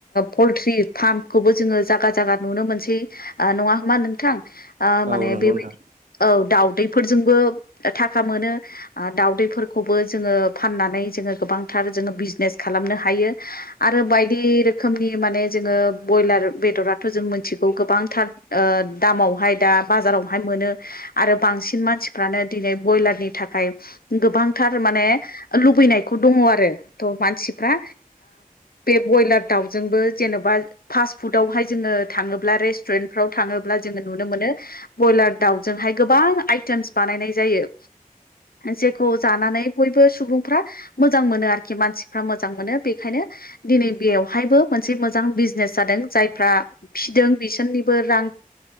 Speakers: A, on the left (about 85°); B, on the right (about 55°).
A: परथ्रि पारमखौबो जोङो जायगा जायगा नुनो मोनसै ओ नङा होम मा नोंथां
B: औ
A: माने
B: नंगौ
A: बेबायदि
B: नोंथां
A: औ दाउ दैफोरजोंबो थाखा मोनो दाउदैफोरखौबो जोङो फाननानै जोङो गोबांथार जोङो बिजनेस खालामनो हायो आरो बायदि रोखोम रोखोमनि माने जोङो ब्रयलार बेदराथ' जों मिथिगौ गोबांथार दामावहाय दा बाराव मोन आरो बांसिन मानसिफ्रानो दिनै बयलारनि थाखाय गोबां थार माने लुबैनायखौ दङ आरो। मानसिफ्रा बे ब्रयलार दाउजोंबो जेन'बा फास्ट फुदावहाय जेन थाङोब्ला रेष्टुरेनफोराव थाङोब्ला जोङो नुनो मोनो बयलार दावजोंहाय गोबां आइथेम बानायनाय जायो जेखौ जानानै बयबो सुबुं फोरा मोजां मोनो आरोखि मानसिफोरा मोजां मोनो बेखायनो दिनै बेयावहायबो मोनसे मोजां बिजनेस जादों जायफ्रा फिदों बिसोरनिबो रां